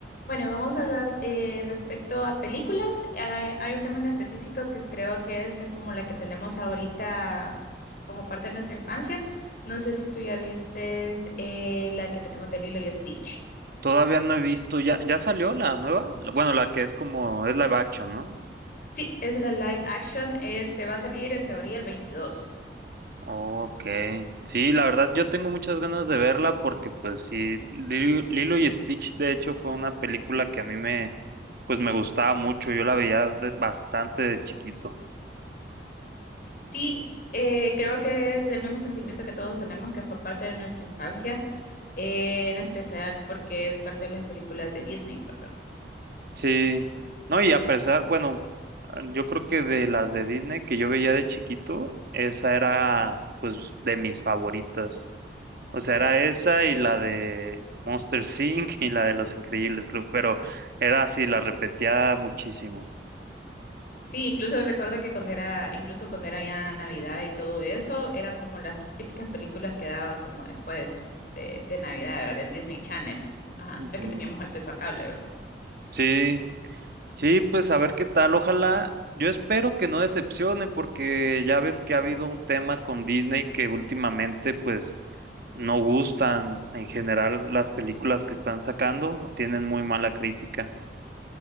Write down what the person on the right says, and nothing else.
Todavía no he visto, ya, ya salió la nueva, bueno, la que es como, es live action, ¿no?
Ok, sí, la verdad yo tengo muchas ganas de verla porque pues sí, Lilo, Lilo y Stitch de hecho fue una película que a mí me, pues me gustaba mucho, yo la veía de- bastante de chiquito.
Sí, no, y a pesar, bueno, yo creo que de las de Disney que yo veía de chiquito, esa era pues de mis favoritas. O sea, era esa y la de Monster Inc. <laughs> y la de Los Increíbles, creo, pero era así, la repetía muchísimo.
Ujú.
Sí, Sí, pues a ver qué tal. Ojalá, yo espero que no decepcione porque ya ves que ha habido un tema con Disney que últimamente pues no gustan en general las películas que están sacando, tienen muy mala crítica.